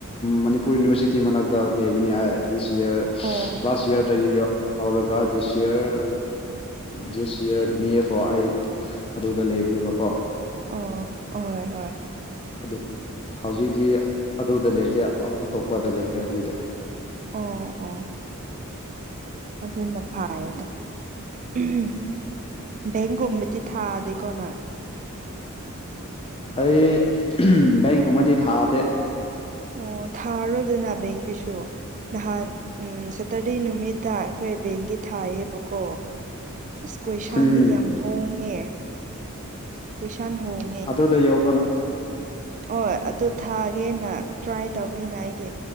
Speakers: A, on the left; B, on the right.
A: ꯃꯅꯤꯄꯨꯔ ꯌꯨꯅꯤꯚꯔꯁꯤꯇꯤ ꯃꯅꯥꯛꯇ ꯂꯩꯕꯅꯤ ꯑ ꯗꯤꯁ ꯏꯌꯔ
B: ꯑꯣ
A: ꯂꯥꯁ ꯏꯌꯥꯔꯗꯏꯎ ꯍꯧꯔꯒ ꯗꯤꯁ ꯌꯔ ꯗꯤꯁ ꯌꯔ ꯃꯦꯐꯥꯎ ꯑꯩ ꯑꯗꯨꯗ ꯂꯩꯕꯅꯦꯕꯀꯣ
B: ꯑꯣ ꯍꯣꯏ ꯍꯣꯏ
A: ꯑꯗꯨ ꯍꯧꯖꯤꯛꯇꯤ ꯑꯗꯨꯗ ꯂꯩꯇꯦ ꯑꯇꯣꯞꯄꯗ ꯂꯩꯈ꯭ꯔꯦ ꯍꯧꯖꯤꯛꯇꯤ
B: ꯑꯣ ꯑꯣ <unintelligible> ꯕꯦꯡꯒꯨꯝꯕꯗꯤ ꯊꯥꯗꯦꯀꯣꯅ
A: ꯑꯩ ꯕꯦꯡ ꯀꯨꯝꯕꯩꯗꯤ ꯊꯥꯗꯦ
B: ꯑꯣ ꯊꯥꯔꯣꯏꯗꯅ ꯕꯦꯡꯒꯤꯁꯨ ꯅꯍꯥꯟ ꯎꯝ ꯁꯦꯇꯔꯗꯦ ꯅꯨꯃꯤꯠꯇ ꯑꯩꯈꯣꯏ ꯕꯦꯡꯒꯤ ꯊꯥꯏꯌꯦꯕꯀꯣ ꯑꯁ ꯀꯣꯏꯁꯥꯟꯗꯤ
A: ꯎꯝ
B: ꯌꯥꯝ ꯍꯣꯡꯉꯦ ꯀꯣꯢꯁꯟ ꯍꯣꯡ
A: ꯑꯗꯨꯗ ꯌꯧꯕ꯭ꯔꯅ
B: ꯍꯣꯏ ꯑꯗꯨ ꯊꯥꯒꯦꯅ ꯇ꯭ꯔꯥꯏ ꯇꯧꯒꯦꯅ ꯑꯩꯒꯤ